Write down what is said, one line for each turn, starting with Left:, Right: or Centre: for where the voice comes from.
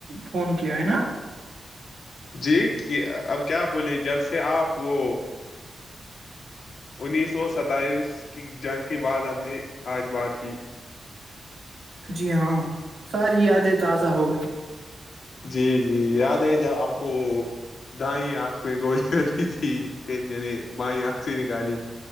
Right: فون کیا ہے نا
Left: جی کہ اب کیا بولے جب سے آپ وہ انیس سو ستائیس کی جنگ کے بعد ہم نے آج بات کی
Right: جی ہاں ساری یادیں تازہ ہو گئی
Left: جی جی یاد ہے جب آپ کو دائیں آنکھ میں گولیاں رکھی تھی پھر میں نے بائیں آنکھ سے نکالی